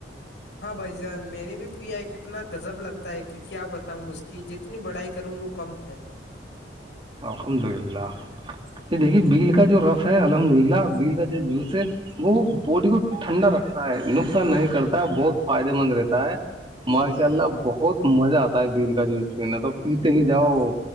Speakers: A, on the left (about 70°); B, on the right (about 30°).
A: ہاں بھ جان میں نے بھی پیا کتنا گذب لگتا ہے کہ <unintelligible> کیا بتاؤں اس کی جتنی بڑائی کروں وہ کم ہے
B: الحمد للہ یہ دیکھیے بیل کا جو رف ہے الحمد للہ بیل کا جوس ہے وہ باڈی کو ٹھنڈا رکھتا ہے نقصان نہیں کرتا ہے بہت فائدے مند رہتا ہے ماشاء اللہ بہت مزہ آتا ہے بیل کا جوس پینے تو پیتے ہی جاؤ